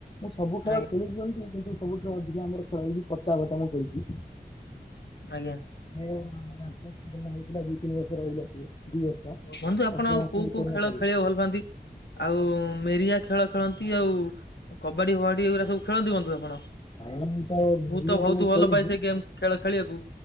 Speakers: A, on the left; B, on the left.
A: ମୁଁ ସବୁ ଖେଳ
B: ଆଜ୍ଞା
A: ଖେଳିଛନ୍ତି କିନ୍ତୁ ସବୁଠୁ ଅଧିକା ଆମର ଖେଳ ହେଇଛି ପତା ପତା ମୁଁ କରିଛି।
B: ଆଜ୍ଞା।
A: କରୋନା ହେଇଥିଲା ଦୁଇ ତିନି ବର୍ଷ ରହିଲା ସେ ବର୍ଷ
B: ବନ୍ଧୁ ଆପଣ
A: ଅଠର
B: ଆଉ
A: ମାସ
B: କୋଉ
A: ବି କରୋନା
B: କୋଉ ଖେଳ
A: ଚାଲିଲା
B: ଖେଳିବା ଭଲ ପାଆନ୍ତି? ଆଉ ମେରିଆ ଖେଳ ଖେଳନ୍ତି ଆଉ କବାଡି ଫବାଡି ଏଗୁରା ଖେଳନ୍ତିନ ଆପଣ?
A: କାଇଁ ତ ମେରିଆ
B: ମୁଁ ତ ବହୁତ ଭଲ
A: ଖେଳେନି
B: ପାଏ ସେ ଗେମ୍ ଖେଳ ଖେଳିବାକୁ।